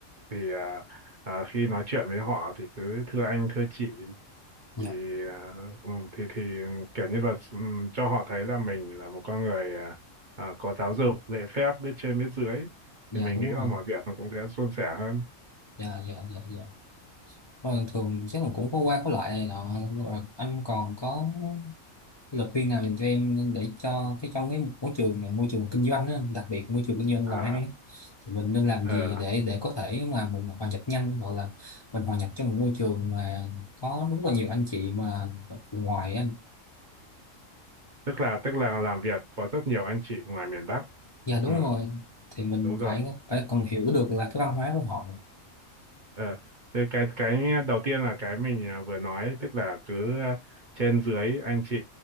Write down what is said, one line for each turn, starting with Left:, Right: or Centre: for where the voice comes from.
Right: thì à, à, khi nói chuyện với họ thì cứ thưa anh thưa chị
Left: dạ
Right: thì à, ừ, thì thì kiểu như là ừ, cho họ thấy là mình là một con người à, à, có giáo dục lễ phép biết trên biết dưới
Left: dạ
Right: thì mình
Left: đúng
Right: nghĩ là
Left: rồi
Right: mọi việc nó cũng sẽ suôn sẻ hơn
Left: dạ dạ dạ dạ Vâng, thường chắc là cũng có qua có lại này nọ và anh còn có lời khuyên nào dành cho em để cho cái trong cái môi trường là môi trường kinh doanh á, đặc biệt môi trường kinh doanh
Right: à
Left: làm ăn á, thì mình nên làm
Right: ờ,
Left: gì để để có thể mà mình hòa nhập nhanh hoặc là mình hòa nhập trong một môi trường mà có rất là nhiều anh chị mà ở ngoài á anh
Right: tức là tức là làm việc có rất nhiều anh chị ngoài miền Bắc
Left: dạ đúng
Right: ừ
Left: rồi thì mình
Right: đúng rồi
Left: phải phải còn hiểu được là cái văn hóa của họ
Right: ờ thế cái cái đầu tiên là cái mình à, vừa nói tức là cứ à, trên dưới anh chị